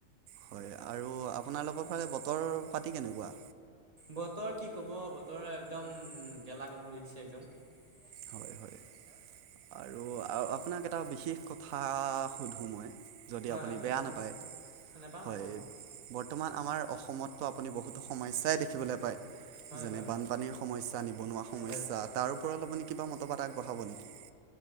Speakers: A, on the right; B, on the right.
A: হয় আৰু আপোনালোকৰ ফালে বতৰ পাতি কেনেকুৱা?
B: বতৰ কি কব বতৰ একদম গেলা গৰম দি দিছে একদম।
A: হয়
B: <inaudible>
A: হয় আৰু আপোনাক এটা বিশেষ কথা, সুধোঁ মই। যদি
B: হয়
A: আপুনি
B: হয় সোধকচোন
A: বেয়া নাপায়
B: বাৰু নাপাওঁ
A: হয়
B: নাপাওঁ সোধক
A: বৰ্তমান আমাৰ অসমততো আপুনি বহুতো সমস্যাই দেখিবলৈ পায়
B: হয়
A: যেনে
B: হয়
A: বানপানীৰ সমস্যা নিবনুৱা সমস্যা
B: হয়
A: তাৰ ওপৰত আপুনি কিবা মতবাদ আগবঢ়াব নেকি